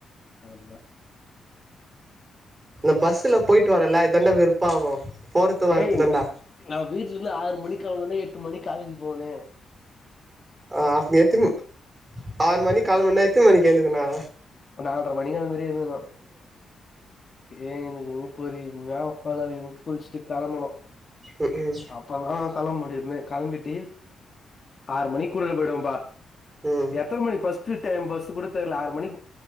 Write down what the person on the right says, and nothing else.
இந்த பஸ்ல போயிட்டு வர்ரல்ல இதாண்டா வெருப்பாகு போறத்து
வரத்துதாண்டா
அ அப்ப எத்தின் ஆறு மணி கேளம்புனா எத்தின் மணிக்கு எந்துருக்குண்ணு
ம் ம்
ம்